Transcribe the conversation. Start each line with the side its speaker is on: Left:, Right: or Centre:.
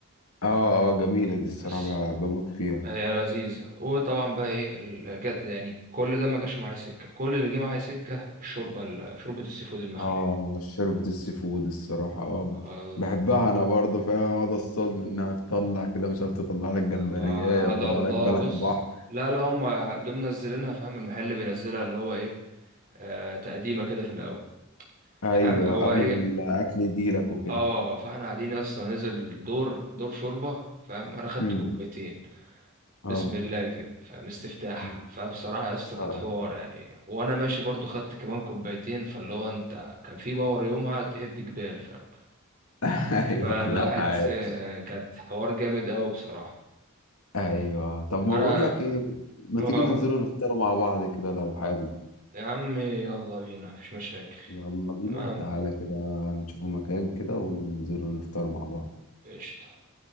Left: اه اه جميلة دي الصراحة
Right: بس
Left: ب- بموت فيها
Right: هي لذيذة وطبعا بقى ايه ال- جت يعني كل ده ما جاش معايا سكة كل اللي جه معايا سكة الشوربة ال- شوربة السي فود المخلية
Left: اه شوربة السي فود الصراحة اه بت-
Right: آه،
Left: بحبها انا برضو فيها اقعد اصطاد منها تطلع كده مش عارف تطلع لك جمبرية
Right: وعد
Left: تطلع
Right: الله
Left: لك بلح
Right: بص
Left: بحر
Right: لا لا هم دول منزلينها فاهم المحل بينزلها اللي هو ايه آه تقديمة كده في الأول
Left: ايوه
Right: فاهم هو
Left: قبل
Right: ايه
Left: ما الاكل يجي لك وكده
Right: اه فاحنا قاعدين يا اسطى نزل دور دور شوربة فاهم انا خدت
Left: امم
Right: كوبايتين
Left: اه
Right: بسم الله كده فاهم استفتاح
Left: مم.
Right: فبصراحة يا اسطى كانت
Left: اه
Right: حوار يعني وانا ماشي برضو خدت كمان كوبايتين فاللي هو انت كان في باور يومها تهد جبال فاهم
Left: <laughs> ايوه
Right: فالواحد
Left: لا عايش
Right: آه، كانت حوار جامد قوي بصراحة
Left: ايوه طب ما
Right: انا
Left: بقول لك ايه ما
Right: اه
Left: تيجي ننزلوا نفطروا مع بعض كده لو حابب
Right: يا عمي يلا بينا مفيش مشاكل
Left: يلا بينا
Right: تمام
Left: تعالى كده نشوفوا مكان كده وننزلوا نفطروا مع بعض
Right: قشطة